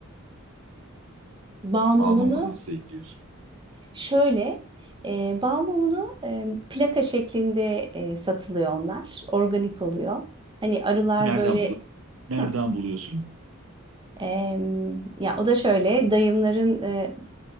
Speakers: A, on the right; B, on the right.
A: Bal
B: Bal
A: mumunu
B: mumunu nasıl ekliyorsun?
A: Şöyle, e, bal mumunu e, plaka şeklinde e, satılıyor onlar. Organik oluyor. Hani arılar
B: Nereden
A: böyle
B: bulu nereden
A: hı,
B: buluyorsun?
A: em, ya o da şöyle dayımların e,